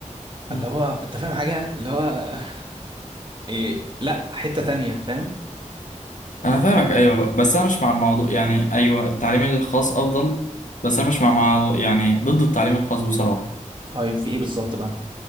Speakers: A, on the right; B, on the left.
A: فاللي
B: مم.
A: هو انت فاهم حاجه اللي هو آه، إيه لا حته تانية فاهم
B: انا فاهمك ايوه بس انا مش مع الموضوع يعني ايوه التعليم الخاص افضل بس انا مش مع, مع يعني ضد التعليم الخاص بصراحه
A: طيب في ايه بالظبط بقى